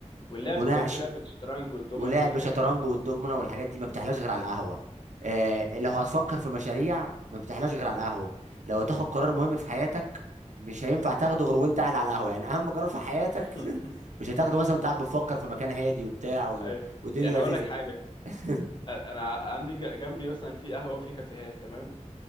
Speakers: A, on the left; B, on the right.
A: واللعب
B: مناقش
A: انت قلت لعب الشطرنج والدومنة
B: ولعب
A: والحاجات
B: شطرنج
A: دي
B: والدومنه والحاجات دي ما بتحلاش غير على القهوه آه لو هتفكر في مشاريع ما بتحلاش غير على القهوه لو هتاخد قرار مهم في حياتك مش هينفع تاخده غير وانت قاعد على القهوه يعني اهم قرار في حياتك
A: <laughs>
B: <laughs> مش هتاخده مثلا وانت قاعد بتفكر في مكان هادي وبتاع و...
A: ايوه
B: والدنيا
A: يعني
B: لذيذه
A: هقول لك حاجة أ-
B: <laughs>
A: انا عندي ج- جنبي مثلا في قهوة وفي كافيهات تمام